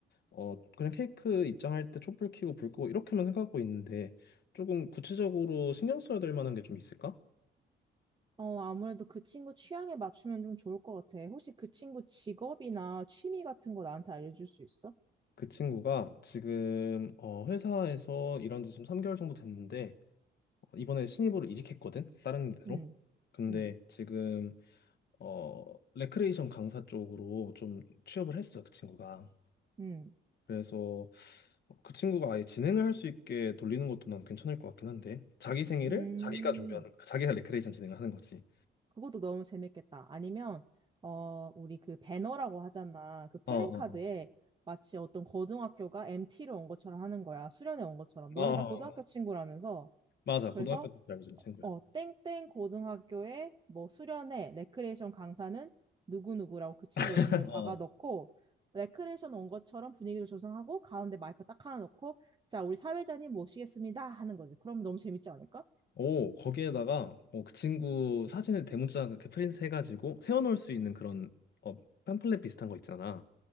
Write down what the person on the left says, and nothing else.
어, 그냥 케이크 입장할 때 촛불 켜고 불 끄고 이렇게만 생각하고 있는데, 조금 구체적으로 신경 써야 될 만한 게 좀 있을까?
그 친구가 지금 어, 회사에서 일한 지 지금 3개월 정도 됐는데 어, 이번에 신입으로 이직했거든 다른 데로
근데
지금 어 레크레이션 강사 쪽으로 좀 취업을 했어 그 친구가
그래서 어, 그 친구가 아예 진행을 할 수 있게 돌리는 것도 난 괜찮을 것 같긴 한데 자기 생일을
자기가 준비하는 거야. 자기가 레크레이션 진행을 하는 거지
어어어 어,
어. 어,
어,
어. 어.
맞아 고등학교
때 알고 지낸 친구야
<laughs>
오, 거기에다가 어, 그 친구 사진을 대문짝 이렇게 프린트 해가지고 세워놓을 수 있는 그런 어, 팸플렛 비슷한 거 있잖아.